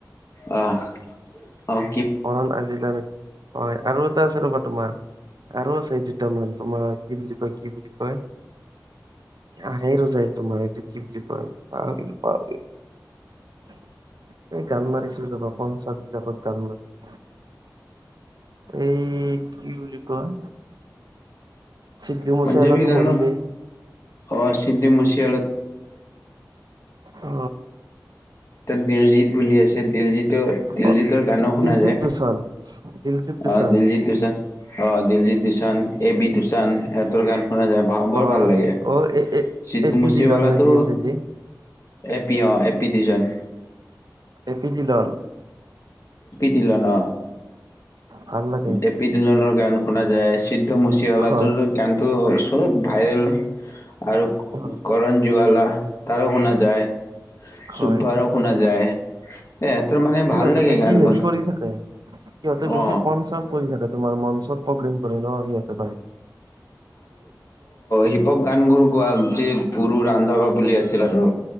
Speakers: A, on the left; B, on the right.
A: অঁ-অঁ
B: কৰণ আজিলা নেকি, হয় আৰু এটা আছে ৰবা তোমাৰ আৰু আছে দুটামান তোমাৰ কি বুলি কয় কি বুলি কয়। আহেই ৰোজাই তোমাৰ এইটো কি বুলি কয় পাহৰিল পাহৰিল এই গাল মাৰিছিলো ৰবা পঞ্চাছ বিলাকত গাল মাৰি। এই কি বুলি কয় চিদ্ধু মুছেৱালাটো
A: পাঞ্জাবী গান
B: মৰিলে
A: অ, চিদ্ধি মুচি <unintelligible>
B: অ
A: দিলজিত বুলি আছে দিলজিতৰ দিলজিতৰ
B: অ',
A: গানো শুনা
B: দিলজিত
A: যায়।
B: দোচান দিলজিত দোচান
A: অ দিলজিত দচান অ দিলজিত দচান, এ বি দোচান ইহহতৰ গান। শুনা যায় বৰ
B: অ
A: ভাল লাগে
B: অ এ এ
A: চিদ
B: এ পি
A: মুচিৱালো।
B: দিলন নে কি আছে যি
A: এপি অ এপি ডজন।
B: এপি জিলন।
A: টিলনৰ
B: ভাল লাগে
A: এপি টিলনৰ গান শুনা যায়। সিদ্ধ মচালাটোৰ
B: হয়
A: গান চব ভাইৰেল আৰু
B: হয়
A: কৰ জোৱালা তাৰো শুনা যায়।
B: হয়
A: চুবভাৰো
B: হয়
A: শুনা যায়। এ তাৰ মানে ভাল।
B: সিহঁতে
A: লাগে
B: বেছি
A: গানবোৰ
B: হেৰি কৰি থাকে সিহঁতে বেছ
A: অ
B: কন চ কৰি থাকে। তোমাৰ মঞ্চত প্ৰগ্ৰেম কৰে ন সিয়াছে বাহ
A: হিপপ গান গোৰ গীয়ে গুৰু ৰান্ধাবা বুলি আছিল আৰু